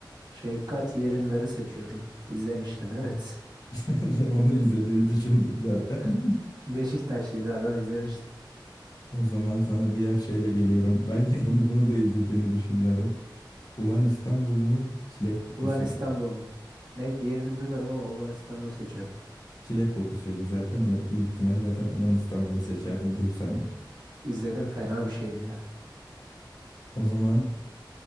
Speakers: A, on the right; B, on the left.
A: Şefkat Yerindar'ı seçiyorum. İzlemiştim evet.
B: <laughs> Ben de onu izlediğini düşündüm zaten.
A: <laughs>
B: <laughs>
A: Beşiktaşlıydı adam izlemiştim.
B: O zaman sana diğer şeyle geliyorum. Belki bunu bunu da izlediğini düşünüyorum. Ulan İstanbul mu? Çilek kokusu
A: Ulan İstanbul
B: mu?
A: mu? Ne diğerini duymadım ama Ulan İstanbul'u seçiyorum.
B: Çilek kokusuydu zaten de büyük ihtimal zaten Ulan İstanbul'u seçerdin duysan da.
A: İzledim fena bir şeydi ya.
B: O zaman